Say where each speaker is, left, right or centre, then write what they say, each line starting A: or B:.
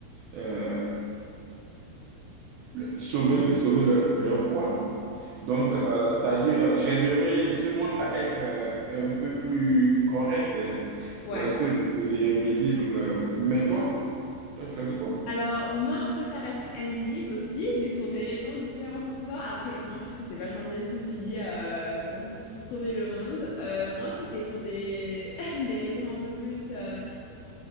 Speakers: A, on the right; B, on the left.
A: euh, sauver, sauver leur, leur proie. Donc, euh, c'est-à-dire, j'aiderai ce monde à être euh, un peu plus correct euh,
B: Ouais.
A: lorsque je serai invisible. euh, Mais toi, toi, tu choisis quoi?
B: Alors, moi, je préfère être invisible aussi, mais pour des raisons différentes pour toi. Après, moi, je trouve que c'est vachement bien ce que tu dis euh, pour, pour sauver le monde. Euh, moi, c'était pour des, <laughs> des raisons un peu plus... euh,